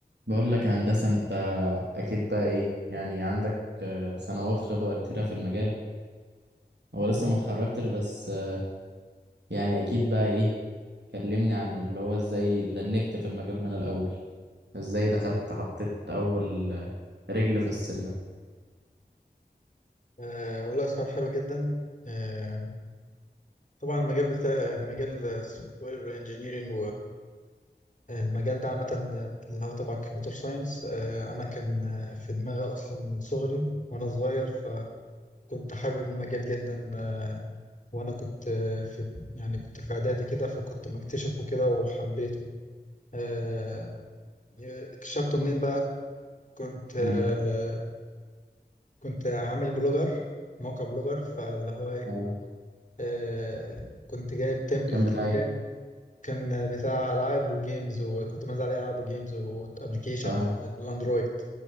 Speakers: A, on the right (about 80°); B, on the left (about 45°).
A: بقول لك يا هندسة انت اكيد بقى ايه يعني عندك آه، سنوات خبرة كتيرة في المجال هو لسه ما اتخرجتش بس آه، يعني اكيد بقى ايه كلمني عن اللي هو ازاي لنكت في المجال من الاول ازاي دخلت حطيت اول آه، رجل في السلم
B: أه والله سؤال حلو جدا أه طبعا المجال بتاع المجال السوفت وير انجينيرنج والمجال ده عامة اللي هو تبع الكمبيوتر ساينس أه أنا كان آه، في دماغي أصلا من صغري وأنا صغير فكنت حابب المجال جدا أه وأنا كنت آه، في يعني كنت في إعدادي كده فكنت مكتشفه كده وحبيته أه اكتشفته منين بقى كنت أه
A: مين
B: كنت عامل بلوجر موقع بلوجر فاللي هو إيه
A: اه
B: آه كنت جايب تمبلت
A: كان بتاعي
B: كده جاي. كان بتاع العاب وجيمز وكنت منزل عليه العاب وجيمز وابلكيشنز
A: اه
B: الاندرويد